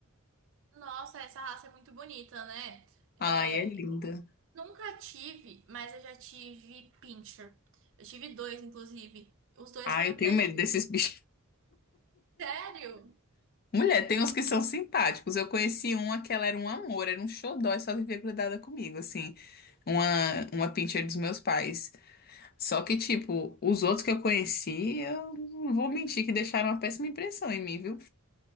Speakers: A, on the right; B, on the left.
A: Nossa, essa raça é muito bonita, né? É,
B: Ai, é linda.
A: nunca tive, mas eu já tive pincher. Eu tive dois, inclusive. Os dois
B: Ai,
A: foram
B: eu
A: presentes.
B: tenho medo desses bichos.
A: Sério?
B: Mulher, tem uns que são simpáticos. Eu conheci uma que ela era um amor, era um xodó e só vivia grudada comigo, assim. Uma, uma pincher dos meus pais. Só que, tipo, os outros que eu conheci, eu não vou mentir que deixaram uma péssima impressão em mim, viu?